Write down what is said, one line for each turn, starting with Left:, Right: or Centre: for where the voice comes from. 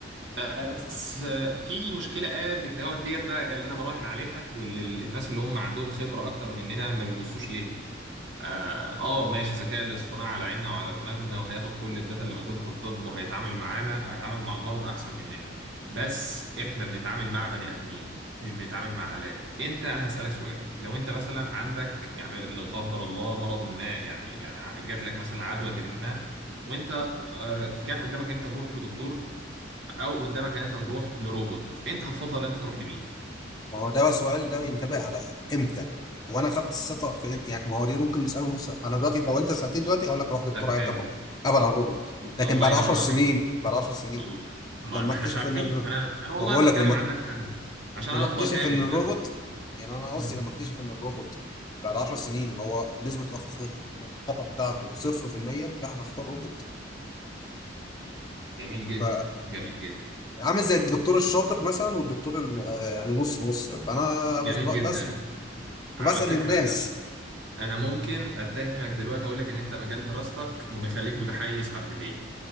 Right: بس آه، في مشكله قد كده هو ديت بقى اللي انا براهن عليها واللي ال- الناس اللي هم عندهم خبره اكتر مننا ما بيبصوش ليها اه آه، ماشي الذكاء الاصطناعي على عيننا وعلى دماغنا وهياخد كل الداتا اللي موجوده في الطب وهيتعامل معانا وهيتعامل مع المرضى احسن مننا بس احنا بنتعامل مع بني ادمين مش بنتعامل مع آلات انت انا هسألك سؤال لو انت مثلا عندك يعني لا قدر الله مرض ما يعني يعني ع- جات لك مثلا عدوى ما وانت آه، كان قدامك ان انت تروح لدكتور او قدامك ان انت تروح لروبوت انت هتفضل ان انت تروح لمين
Left: ما هو ده بقى سؤال ده ينتبه على امتى وانا خدت الثقه في امتى يعني ما هو دي ممكن نساله نفس انا دلوقتي لو انت سالتني دلوقتي هقول لك روح دكتور
Right: طب حلو
Left: عيادة طبعا ابعد عن الروبوت لكن
Right: الله
Left: بعد
Right: ينور
Left: 10 سنين
Right: عليك
Left: بعد 10 سنين
Right: الله ما
Left: لما
Right: ما احناش
Left: اكتشف
Right: عارفين
Left: ان الر-
Right: انا انا والله
Left: ما بقول
Right: انا
Left: لك
Right: بتكلم
Left: لما
Right: عن نفسي انا عشان
Left: لما
Right: انا
Left: اكتشف
Right: افضل امن
Left: ان الروبوت
Right: بس
Left: يعني انا قصدي
Right: مم.
Left: لما اكتشف ان الروبوت بعد 10 سنين هو نسبه أخ- الخطا بتاعته 0% لا انا اختار روبوت
Right: جميل جدا
Left: ف
Right: جميل جدا
Left: عامل زي الدكتور الشاطر مثلا والدكتور ال- آه، اللي نص نص فانا
Right: جميل
Left: بس بس-
Right: جدا على
Left: بسال
Right: فكرة
Left: الناس
Right: انا ممكن اتهمك دلوقتي اقول لك ان انت مجال دراستك مخليك متحيز حبتين